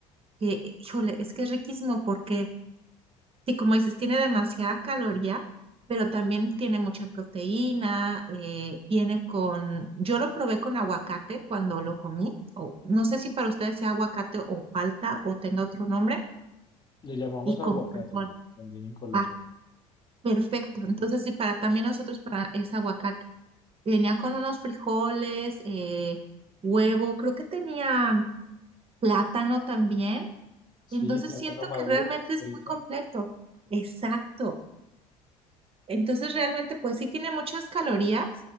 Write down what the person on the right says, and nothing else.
que, híjole, es que es riquísimo porque Sí, como dices, tiene demasiada caloría, pero también tiene mucha proteína, eh, viene con, yo lo probé con aguacate cuando lo comí, o no sé si para ustedes sea aguacate o palta o tenga otro nombre,
y
con frijol.
Ah, perfecto. Entonces sí, para también nosotros para es aguacate. Y Venía con unos frijoles, eh, huevo, creo que tenía plátano también.
Entonces
siento
que realmente es
muy completo. Exacto. Entonces realmente pues sí tiene muchas calorías,